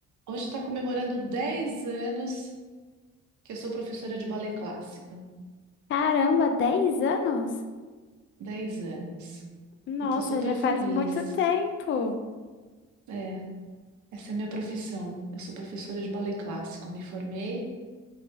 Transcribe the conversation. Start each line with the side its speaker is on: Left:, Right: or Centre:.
Right: Hoje está comemorando 10 anos que eu sou professora de balé clássico.
Left: Caramba, 10 anos?
Right: 10 anos.
Left: Nossa,
Right: Eu estou super
Left: já
Right: feliz.
Left: faz muito tempo.
Right: É, essa é a minha profissão. Eu sou professora de balé clássico. Me formei